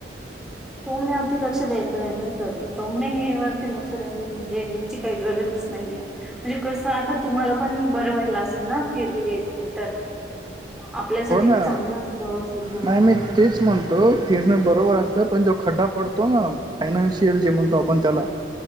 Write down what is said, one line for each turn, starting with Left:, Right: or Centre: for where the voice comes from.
Centre: टोमण्यावरती लक्ष द्यायच नाही ना सर. टोमणे हे वरती लक्ष द देण्याची काही गरजच नाहीये. म्हणजे कस आता तुम्हाला पण बर वाटल असेल ना फिरले तुम्ही तर, आपल्यासाठी
Right: हो ना.
Centre: बी चांगल असतं फिरण
Right: नाही
Centre: वगैरे,
Right: मी तेच म्हणतो फिरण बरोबर असत. पण जो खड्डा पडतो ना फायनान्शियल जे म्हणतो आपण त्याला